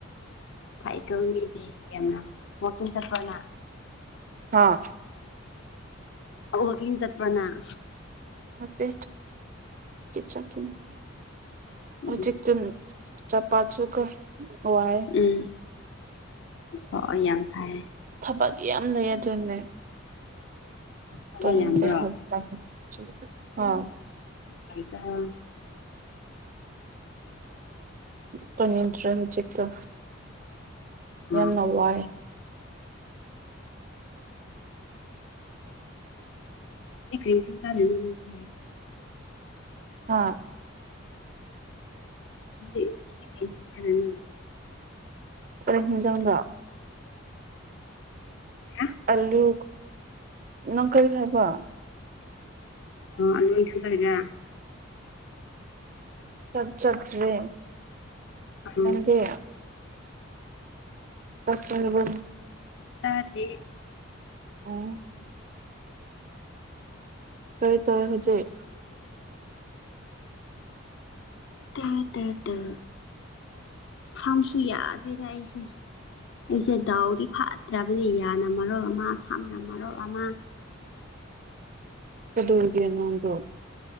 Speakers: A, on the left (about 60°); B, on the right (about 40°).
A: ꯐꯥꯏꯀꯜ ꯃꯤꯗꯤ ꯌꯥꯝꯅ ꯋꯥꯀꯤꯡ ꯆꯠꯄꯅ
B: ꯑꯥ
A: ꯋꯥꯀꯤꯡ ꯆꯠꯄ꯭ꯔꯣꯅꯪ
B: ꯅꯠꯇꯦ ꯆꯠꯇꯦ ꯍꯧꯖꯤꯛꯇꯅꯤ
A: ꯎꯝ
B: ꯆꯞꯄꯁꯨ ꯀꯣ ꯍꯣꯏ
A: ꯎꯝ ꯑꯣ ꯌꯥꯝ ꯐꯩ
B: ꯊꯕꯛ ꯌꯥꯝ ꯂꯩꯌꯦ ꯑꯗꯨꯅꯅꯦ
A: ꯊꯕꯛ
B: <unintelligible>
A: ꯌꯥꯝꯕ꯭ꯔꯣ <unintelligible>
B: ꯇꯣꯟꯅꯤꯡꯗ꯭ꯔꯦ ꯍꯧꯖꯤꯛꯇꯣ
A: ꯑꯥ
B: ꯌꯥꯝꯅ ꯋꯥꯏ
A: ꯗꯦꯀ꯭ꯔꯤꯁꯟ ꯆꯖꯦꯅ ꯅꯪꯁꯦ
B: ꯑꯥ
A: ꯉꯁꯤꯗꯤ ꯀꯩꯁꯨ ꯇꯥꯔꯦꯅ
B: ꯀꯔꯤ ꯍꯤꯟꯖꯥꯡꯂ
A: ꯍꯥ
B: ꯑꯜꯂꯨ ꯅꯪ ꯀꯔꯤ ꯍꯥꯏꯕ
A: ꯑꯣ ꯑꯂ ꯃꯩꯁ ꯁꯔꯂ <unintelligible>
B: ꯆꯥꯛ ꯆꯥꯗ꯭꯭ꯔꯤ
A: ꯑꯪ
B: ꯅꯪꯗꯤ ꯆꯥꯛ ꯆꯥꯔꯕꯣ
A: ꯆꯥꯗꯔꯤ
B: ꯎꯝ ꯀꯔꯤ ꯇꯧꯔꯦ ꯍꯧꯖꯤꯛ
A: ꯇ ꯇ ꯇ ꯁꯝꯁꯨ ꯌꯥꯗꯦꯗ ꯑꯩꯁꯦ ꯑꯩꯁꯦ ꯗꯥꯎꯗꯤ ꯐꯠꯇ꯭ꯔꯕꯅꯤ ꯌꯥꯅ ꯃꯔꯣꯜ ꯑꯃ ꯁꯝꯅ ꯃꯔꯣꯜ ꯑꯃ
B: ꯀꯩꯗꯧꯔꯤꯒꯦ ꯅꯪꯕꯨ